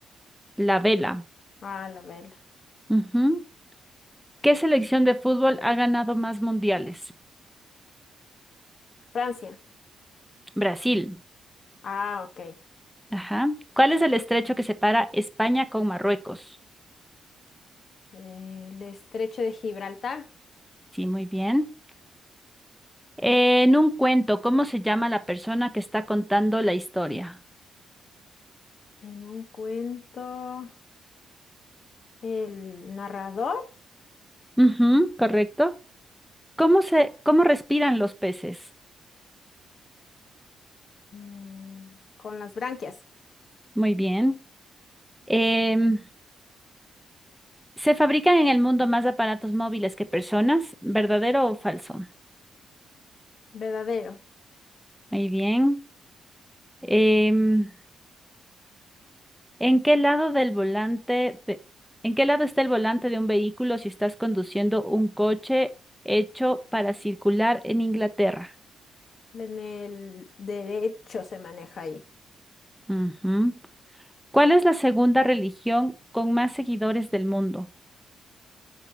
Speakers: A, in the centre; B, on the left.
A: La vela.
B: Ah, la verga.
A: Ujú. ¿Qué selección de fútbol ha ganado más mundiales?
B: Francia.
A: Brasil.
B: Ah, ok.
A: Ajá. ¿Cuál es el estrecho que separa España con Marruecos?
B: El estrecho de Gibraltar.
A: Sí, muy bien. En un cuento, ¿cómo se llama la persona que está contando la historia?
B: En un cuento, el narrador
A: Ujú, correcto. ¿Cómo se, cómo respiran los peces?
B: mm, con las branquias,
A: Muy bien. Em, ¿se fabrican en el mundo más aparatos móviles que personas? ¿Verdadero o falso?
B: verdadero.
A: Muy bien. Em, ¿en qué lado del volante, ve- en qué lado está el volante de un vehículo si estás conduciendo un coche hecho para circular en Inglaterra?
B: En el derecho se maneja ahí.
A: Ujú. ¿Cuál es la segunda religión con más seguidores del mundo?